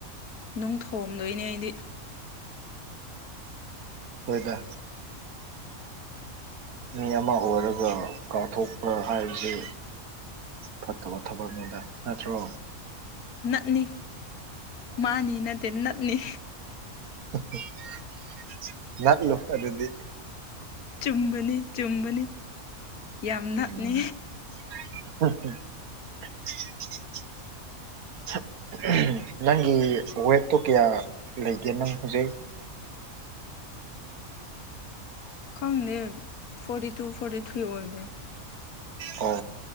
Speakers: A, on the left (about 85°); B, on the right (about 85°).
A: ꯅꯨꯡ ꯊꯣꯝꯗꯣꯏꯅꯦ ꯑꯩꯗꯤ
B: ꯍꯣꯏꯗ ꯃꯤ ꯑꯃ ꯑꯣꯏꯔꯒ ꯀꯥꯎꯊꯣꯛꯄ ꯍꯥꯏꯕꯁꯤ ꯐꯠꯇꯕ ꯊꯕꯛꯅꯤꯗ ꯅꯠꯇ꯭ꯔꯣ
A: ꯅꯠꯅꯤ ꯃꯥꯅꯤ ꯅꯠꯇꯦ ꯅꯠꯅꯤ
B: <unintelligible> ꯂꯥꯛꯂꯨ ꯑꯗꯨꯗꯤ
A: ꯆꯨꯝꯕꯅꯤ ꯆꯨꯝꯕꯅꯤ ꯌꯥꯝ ꯅꯥꯛꯅꯤ
B: ꯎꯝ <unintelligible> <unintelligible> ꯅꯪꯒꯤ ꯋꯦꯠꯇꯣ ꯀꯌꯥ ꯂꯩꯒꯦ ꯅꯪ ꯍꯧꯖꯤꯛ
A: ꯈꯪꯗꯦ ꯐꯣꯔꯇꯤ ꯇꯨ ꯐꯣꯔꯇꯤ ꯊ꯭ꯔꯤ ꯑꯣꯏꯕ꯭ꯔꯥ
B: ꯑꯣ